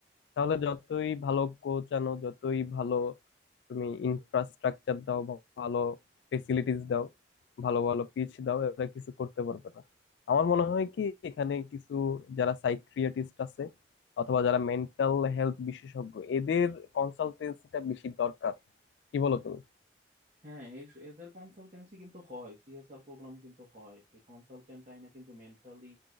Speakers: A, on the left (about 80°); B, on the right (about 45°).
A: তাহলে যতই ভালো কোচ আনো যতই ভালো তুমি ইনফ্রাস্ট্রাকচার দাও বা ভালো ফেসিলিটিস দাও ভালো ভালো পিচ দাও এরা কিছু করতে পারবে না আমার মনে হয় কি এখানে কিছু যারা সাইকিয়াট্রিস্ট আছে অথবা যারা মেন্টাল হেলথ বিশেষজ্ঞ এদের কনসালটেন্সিটা বেশি দরকার কি বলো তুমি
B: হ্যাঁ এই এদের কনসালটেন্সি কিন্তু হয় সিএসআর প্রোগ্রাম কিন্তু হয় এই কনসালটেন্ট আইনা কিন্তু মেন্টালি